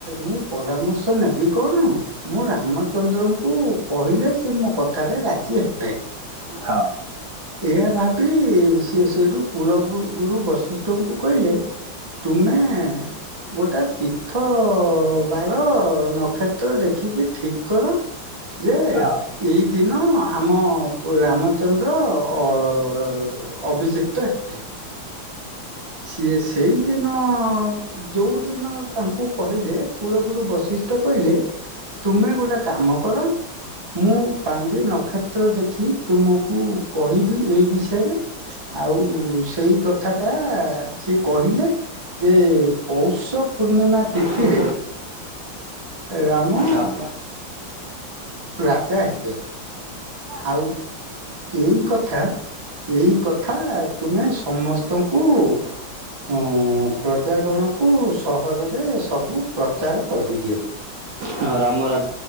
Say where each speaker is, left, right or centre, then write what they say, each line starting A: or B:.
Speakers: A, on the right (about 25°); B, on the right (about 70°).
A: ମୁଁ ପରାମର୍ଶ ନେବି କଣ -- ମୁଁ ରାମଚନ୍ଦ୍ରଙ୍କୁ କହିଲେ ସେ ମୋ କଥାରେ ରାଜି ହେବେ।
B: ହଁ
A: ଏୟା ଭାବି ସିଏ ସେଇଠୁ କୁଳ କୁଳଗୁରୁ ବଶିଷ୍ଠଙ୍କୁ କହିଲେ- - ତୁମେ ଗୋଟା ତୀର୍ଥ ବାର ନକ୍ଷତ୍ର ଦେଖିକି ଠିକ୍ କର ଯେ
B: ହଁ।
A: ଏଇ ଦିନ ଆମ ରାମଚନ୍ଦ୍ର ଅ -- ଅଭିଶିକ୍ତ ହେବେ। ସିଏ ସେଇଦିନ -- ଯେଉଁଦିନ ତାଙ୍କୁ କହିଲେ କୂଳଗୁରୁ ବଶିଷ୍ଠ କହିଲେ ତୁମେ ଗୋଟେ କାମ କର। ମୁଁ ପାଞ୍ଜି ନକ୍ଷତ୍ର ଦେଖି ତୁମକୁ -- କହିବି ଏଇ ବିଷୟରେ ଆଉ ସେଇ କଥା ଟା ସିଏ କହିଲେ ଯେ ପୌଷ ପୂର୍ଣ୍ଣିମା ତିଥିରେ
B: ସେଇ
A: ରାମ
B: ହଁ।
A: ରାଜା ହେବେ। ଆଉ ଏଇ କଥା ଏଇ କଥା ତୁମେ ସମସ୍ତ ତଙ୍କୁ <unintelligible> ଉ ପ୍ରଜାଗଣକୁ ସହରରେ ସବୁ ପ୍ରଚାର କରିଦିଅ।
B: ହଁ ରାମ ରାଜ